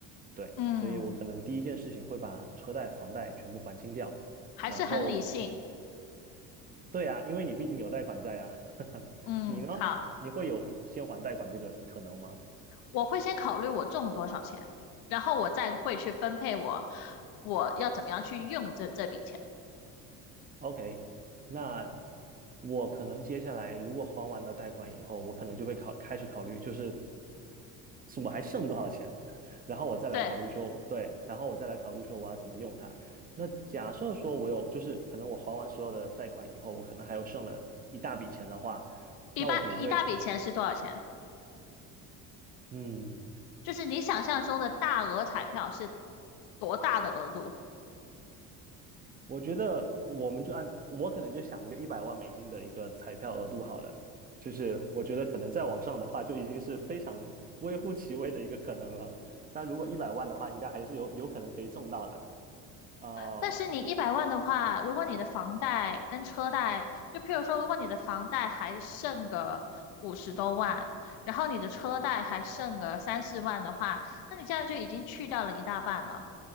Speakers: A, on the right; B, on the left.
A: 对，
B: 嗯，
A: 所以我可能第一件事情会把车贷、房贷全部还清掉，
B: 还是很理性。
A: 然后对啊，因为你毕竟有贷款在啊。<laughs>
B: 嗯，
A: 你呢？
B: 好，
A: 你会有先还贷款这个可能吗
B: 我会先考虑我中多少钱，然后我再会去分配我我要怎么样去用这这笔钱。
A: ？OK，那我可能接下来如果还完了贷款以后，我可能就会考开始考虑，就是是我还剩多少钱，<laughs> 然后我再来考虑说我对，
B: 对，
A: 然后我再来考虑说我要怎么用它。那假设说我有，就是可能我还完所有的贷款以后，我可能还有剩了一大笔钱的话，
B: 一般一大笔钱是多少钱？
A: 那我可能就会。嗯，
B: 就是你想象中的大额彩票是多大的额度？
A: 我觉得我们就按我可能就想一个一百万美金的一个彩票额度好了，就是我觉得可能再往上的话就已经是非常微乎其微的一个可能了。但如果一百万的话，应该还是有有可能可以中到的。呃，
B: 但是你一百万的话，如果你的房贷跟车贷，就譬如说，如果你的房贷还剩个五十多万，然后你的车贷还剩个三四万的话，那你这样就已经去掉了一大半了。